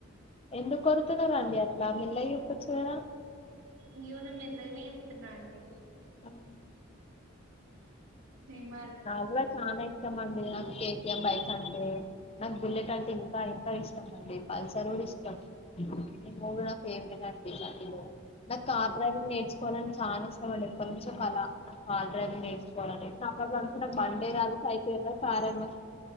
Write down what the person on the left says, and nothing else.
ఎందుకొడతన్నారు అండి అట్ల మీ అన్నయ్యకు చెప్పొచ్చు కదా
ఆ,
నాగ్గుడ చాలా ఇష్టం అండి నాకు కేటీఎం బైక్సంటే నాకు బుల్లెట్ అంటే ఇంకా ఇంకా ఇష్టంమండి పల్సర్ గుడా ఇష్ ష్టం ఈ మూడు నా ఫేవరెట్ అండి బండిలో నాకు కార్ డ్రైవింగ్ నేర్చుకోలని చా ఎప్పడి నుంచో కలా నాకాల్ <inaudible> బండే రాదు సైకిలు కారేమో